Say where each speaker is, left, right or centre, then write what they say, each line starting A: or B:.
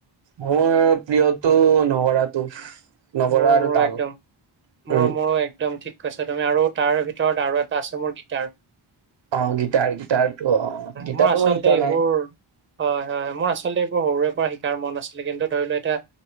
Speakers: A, on the right; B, on the right.
A: মোৰ প্ৰিয়টো নগৰাটো। নগৰা
B: মোৰো
A: আৰু
B: মোৰো
A: তাল
B: একদম মোৰো
A: উম,
B: মোৰো একদম ঠিক কৈছা তুমি আৰু তাৰ ভিতৰত আৰু এটা আছে মোৰ গীটাৰ।
A: অ', গিটাৰ গিটাৰটো অ' গিটাৰটো
B: মোৰ আচলতে
A: মই শিকা
B: এইবোৰ
A: নাই।
B: হয়, হয়, হয় মোৰ আচলতে এইবোৰ সৰুৰে পৰা শিকাৰ মন আছিলে কিন্তু ধৰি লও এতিয়া